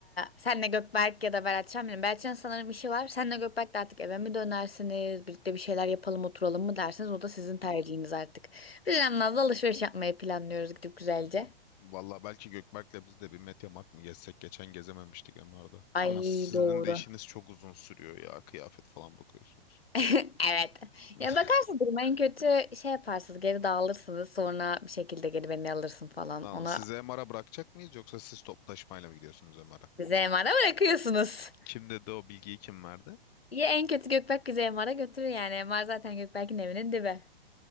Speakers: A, on the left; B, on the left.
A: senle Gökberk ya da Beratcan bilmiyorum. Beratcan sanırım işi var. Senle Gökberk de artık eve mi dönersiniz? Birlikte bir şeyler yapalım oturalım mı dersiniz? O da sizin tercihiniz artık. Biz İrem Naz'la alışveriş yapmayı planlıyoruz gidip güzelce.
B: Hı. Vallahi belki Gökberk'le biz de bir Mediamarkt mı gezsek? Geçen gezememiştik MR'da.
A: Ay
B: Ama sizin
A: doğru.
B: de işiniz çok uzun sürüyor ya. Kıyafet falan bakıyorsunuz.
A: <laughs> Evet.
B: <laughs>
A: Yani bakarsın duruma en kötü şey yaparsınız. Geri dağılırsınız. Sonra bir şekilde geri beni alırsın falan.
B: Lan
A: Ona
B: Sizi MR'a bırakacak mıyız yoksa siz toplu taşımayla mı gidiyorsunuz MR'a?
A: bize MR'a bırakıyorsunuz.
B: Kim dedi o bilgiyi kim verdi?
A: Ya en kötü Gökberk bizi MR'a götürür yani. MR zaten Gökberk'in evinin dibi.